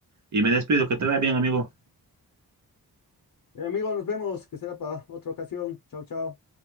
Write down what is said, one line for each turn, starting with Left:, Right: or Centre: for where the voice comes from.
Right: Y me despido, que te vaya bien, amigo.
Left: Eh, amigo, nos vemos, que será para otra ocasión. Chao, chao.